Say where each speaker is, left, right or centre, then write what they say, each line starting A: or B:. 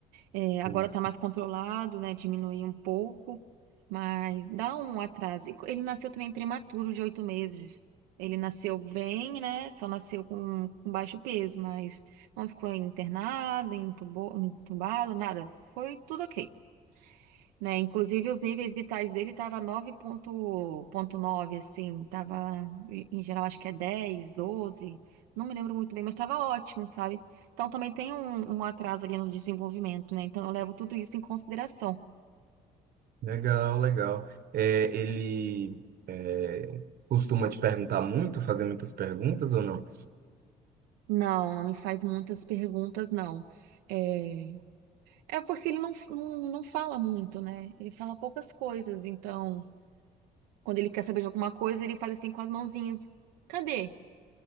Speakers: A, on the right; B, on the right.
A: É, agora
B: isso.
A: está mais controlado, né? Diminuiu um pouco, mas dá um atraso. E co- Ele nasceu também prematuro, de oito meses. Ele nasceu bem, né? Só nasceu com, com baixo peso, mas não ficou internado, entubo- entubado, nada. Foi tudo ok né? Inclusive, os níveis vitais dele tava nove ponto nove, assim, tava, em geral, acho que é 10 doze não me lembro muito bem, mas estava ótimo, sabe? Então, também tem um, um atraso ali no desenvolvimento, né? Então, eu levo tudo isso em consideração.
B: Legal, legal. É, ele é, costuma te perguntar muito, fazer muitas perguntas ou não?
A: Não, não me faz muitas perguntas, não. É, é porque ele não, não, não fala muito, né? Ele fala poucas coisas, então, quando ele quer saber de alguma coisa, ele faz assim com as mãozinhas. Cadê?